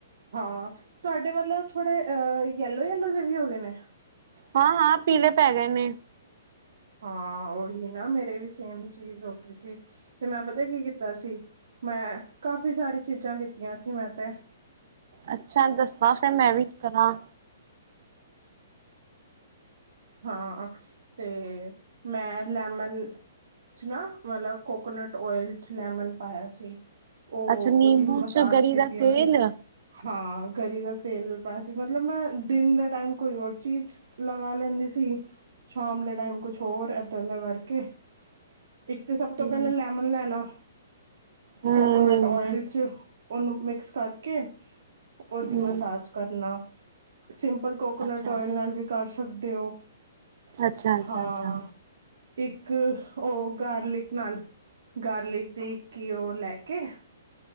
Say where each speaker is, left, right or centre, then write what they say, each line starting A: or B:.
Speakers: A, on the right; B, on the right.
A: ਹਾਂ ਤੁਆਡੇ ਮਤਲਬ ਥੋੜੇ ਅ ਯੈੱਲੋ-ਯੈੱਲੋ ਜ ਵੀ ਹੋ ਗਏ ਨੇ?
B: ਹਾਂ-ਹਾਂ, ਪੀਲੇ ਪੈ ਗਏ ਨੇ।
A: ਹਾਂ, ਔਹੀ ਨਾ ਮੇਰੇ ਵੀ ਸੇਮ ਚੀਜ਼ ਹੋ ਗੀ ਸੀ ਤੇ ਮੈਂ ਪਤੈ ਕੀ ਕੀਤਾ ਸੀ, ਮੈਂ ਕਾਫ਼ੀ ਸਾਰੀ ਚੀਜ਼ਾਂ ਕੀਤੀਆਂ ਸੀ ਮੈਂ ਤੇ
B: ਅੱਛਾ ਦੱਸਦਾ ਫਿਰ, ਮੈਂ ਵੀ ਕਰਾਂ
A: ਹਾਂ ਤੇ ਮੈਂ ਲੈਮਨ 'ਚ ਨਾ ਮਤਲਬ ਕੋਕੋਨਟ ਔਇਲ 'ਚ ਲੈਮਨ ਪਾਇਆ ਸੀ। ਔ
B: ਅੱਛਾ ਨਿੰਬੂ
A: ਔਦੀ ਮਸਾਜ
B: ਚ ਗਰੀ
A: ਕੀਤੀ
B: ਦਾ ਤੇਲ
A: ਅ। ਹਾਂ। ਗਰੀ ਦਾ ਤੇਲ ਵੀ ਪਾਇਆ ਸੀ ਮਤਲਬ ਮੈਂ ਦਿਨ ਦੇ ਟਾਈਮ ਕੋਈ ਹੋਰ ਚੀਜ਼ ਲਗਾ ਲੈਂਦੀ ਸੀ। ਸ਼ਾਮ ਦੇ ਟਾਈਮ ਕੁਛ ਹੋਰ ਏਦਾਂ-ਏਦਾਂ ਕਰਕੇ ਇੱਕ ਤੇ ਸਭ
B: ਹੂੰ
A: ਤੋਂ ਪਹਿਲਾਂ ਲੈਮਨ ਲੈਣਾ
B: ਹੂੰ
A: ਕੋਕੋਨਟ
B: ਨਿੰਬੂ
A: ਔਇਲ 'ਚ ਔਨੂੰ ਮਿ ਕਸ ਕਰਕੇ ਉਹਦੀ
B: ਹੂੰ
A: ਮਸਾਜ ਕਰਨਾ। ਸਿੰਪਲ ਕੋਕੋਨਟ
B: ਅੱਛਾ
A: ਓਇਲ ਨਾਲ ਵੀ ਕਰ ਸਕਦੇ ਤੇ ਓ
B: ਅੱਛਾ ਅੱਛਾ
A: ਹਾਂ
B: ਅੱਛਾ
A: ਇੱਕ ਉਹ ਗਾਰਲਿਕ ਨਾਲ ਗਾਰਲਿਕ ਦੀ ਕਿ ਓਹ ਲੈਕੇ